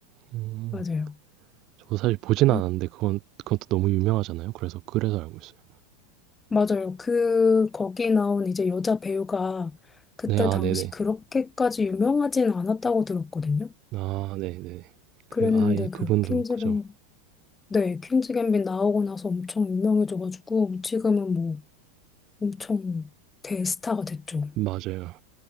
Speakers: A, on the right; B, on the left.
A: 음.
B: 맞아요.
A: 저도 사실 보진
B: 그래
A: 않았는데 그건 그건 또 너무 유명하잖아요. 그래서 그래서 알고 있어요.
B: 맞아요. 그, 거기 나온 이제 여자 배우가 그때
A: 네, 아,
B: 당시
A: 네네.
B: 그렇게까지 유명하진 않았다고 들었거든요.
A: 아, 네네. 그,
B: 그랬는데
A: 아, 예,
B: 그
A: 그분도
B: 퀸즈뱅,
A: 그죠.
B: 네, 퀸즈 갬빗 나오고 나서 엄청 유명해져가지고 지금은 뭐 엄청 대스타가 됐죠.
A: 맞아요.